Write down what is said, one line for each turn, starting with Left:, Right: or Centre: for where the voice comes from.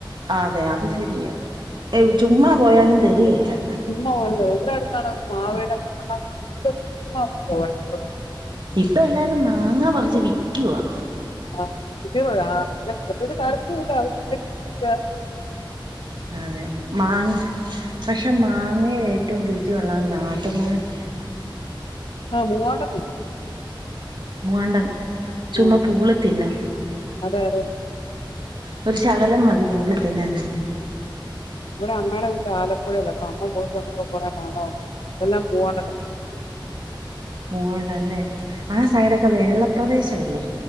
Right: അതെ അത് ശെരിയാ ഏവ് ചുമ്മാ പോയാലും തെര്കേലാ
Left: പിന്ന ഒള്ളത് ഇവട അടുത്താണ്ടാ ഒര് മാവേല <unintelligible>
Right: ഇപ്പ എല്ലാരും മാങ്ങ പറിച്ച് വിക്കുവാ
Left: ആഹ് ഇത് ആ <unintelligible> തണുപ്പുല്ല <unintelligible>
Right: അതെ മാങ്ങ് പക്ഷെ മാങ്ങ ഏറ്റവും രുചിയുള്ളള്ളത് നാട്ട് മാങ്ങയ
Left: ആഹ് മൂവാണ്ട
Right: മൂവാണ്ടൻ ചുമ
Left: ആ
Right: പൂള് തിന്ന
Left: അതെ
Right: ഒരു ശകലം മതി പൂള് തിന്നാൻ
Left: ഒരെമ്മയുടെ വീട് ആലപ്പുഴല്ല അപ്പൊ അമ്മ പോയിട്ടു വന്നപ്പം <unintelligible> മാണോ ഇതെല്ലാം <unintelligible>
Right: മൂവാണ്ടനല്ലേ ആ സൈഡൊക്കെ വെള്ളപ്രദേശമല്ലേ?